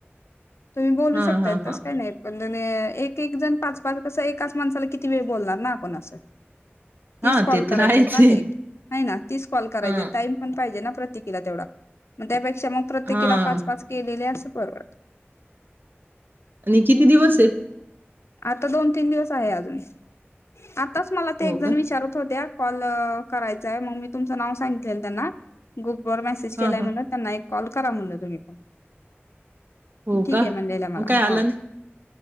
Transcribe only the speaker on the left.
तुम्ही बोलू
शकताय
तसं काही नाही. पण नाही एकेक जण पाच पाच कसं एकाच माणसाला किती वेळा बोलणार ना आपण असं. तीस
कॉल
करायचे
ना
ते? हाय ना तिस कॉल करायचेत
टाईम पण पाहिजे ना. प्रत्येकीला तेवढा मग त्यापे मग प्रत्येकिला
पाच-पाच केलेल्या. परवडत.
आता दोन-तीन दिवस आहे आजून. आत्ताच मला
एक जण
विचारत होत्या कॉल करायचा म्हणजे मी तुमच नाव सांगितलेलं त्यांना. ग्रुपवर मेसेज
केला
म्हणून त्यांना एक कॉल करा म्हटलं तुम्ही पण
ठीक
आहे म्हटलेला मला
हा